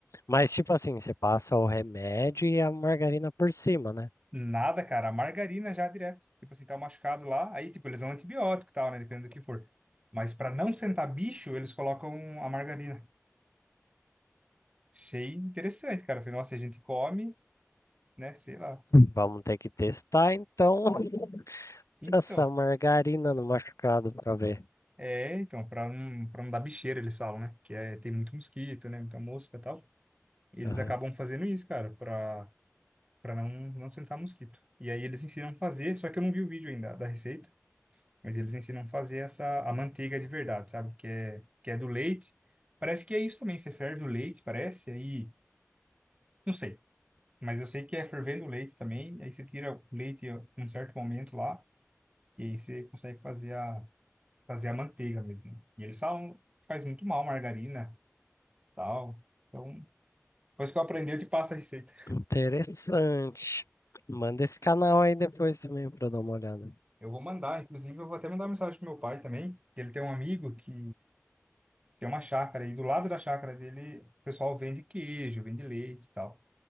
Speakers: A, on the left; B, on the right.
A: Mas, tipo assim, você passa o remédio e a margarina por cima, né?
B: Nada, cara, a margarina já direto. Tipo assim, tá machucado lá, aí, tipo, eles dão antibiótico e tal, né? Depende do que for. Mas para não sentar bicho, eles colocam a margarina. Achei interessante, cara. Falei, nossa, a gente come né? Sei lá.
A: Vamos ter que testar, então, <laughs>
B: Então,
A: essa margarina no machucado pra ver.
B: é, então, para não, para não dar bicheira, eles falam, né? Que é, tem muito mosquito, né? Muita mosca e tal. E eles
A: Aham.
B: acabam fazendo isso, cara, para para não, não sentar mosquito. E aí eles ensinam a fazer, só que eu não vi o vídeo ainda da receita, mas eles ensinam a fazer essa, a manteiga de verdade, sabe? Que é, que é do leite. Parece que é isso também, você ferve o leite, parece, aí, não sei. Mas eu sei que é fervendo o leite também, aí você tira o leite em um certo momento lá, e aí você consegue fazer a, fazer a manteiga mesmo. E eles falam que faz muito mal margarina, tal. Então, depois que eu aprendi, eu te passo a receita.
A: Interessante. Manda esse canal aí depois também pra eu dar uma olhada.
B: Eu vou mandar, inclusive eu vou até mandar uma mensagem pro meu pai também, que ele tem um amigo que tem uma chácara e do lado da chácara dele o pessoal vende queijo, vende leite e tal.